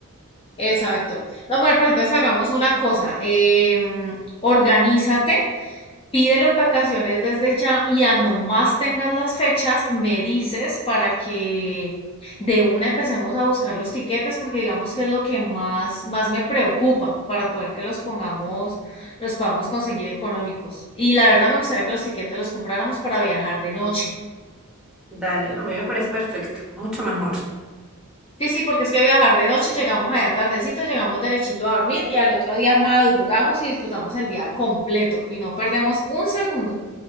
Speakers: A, on the left; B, in the centre.
A: Exacto. No, mujer, pues entonces hagamos una cosa. em, organízate Pide las vacaciones desde ya y a no más tengas las fechas, me dices para que de una empecemos a buscar los tiquetes, porque digamos que es lo que más, más me preocupa para poder que los pongamos, los podamos conseguir económicos. Y la verdad me gustaría que los tiquetes los compráramos para viajar de noche.
B: Dale, a mí me parece perfecto, mucho mejor.
A: Sí, sí, porque es que viajar de noche, llegamos allá tardecito, llegamos derechito a dormir y al otro día madrugamos y disfrutamos el día completo y no perdemos un segundo.